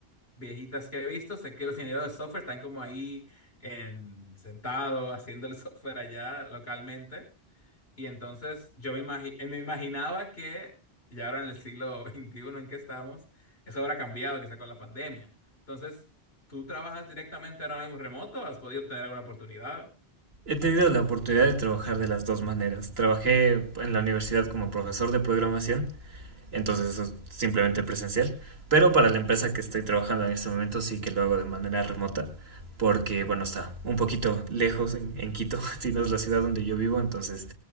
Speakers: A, on the left (about 75°); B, on the right (about 75°).
A: viejitas que he visto, sé que los ingenieros de software están como ahí en, sentados haciendo el <laughs> software allá localmente. Y entonces yo me, imagi- eh, me imaginaba que ya ahora en el siglo <laughs> veintiuno en que estamos, eso habrá cambiado quizá con la pandemia. Entonces, ¿tú trabajas directamente ahora mismo remoto? ¿Has podido tener alguna oportunidad?
B: He tenido la oportunidad de trabajar de las dos maneras. Trabajé en la universidad como profesor de programación, entonces eso es simplemente presencial, pero para la empresa que estoy trabajando en este momento sí que lo hago de manera remota, porque bueno, está un poquito lejos en, en Quito, <laughs> si no es la ciudad donde yo vivo, entonces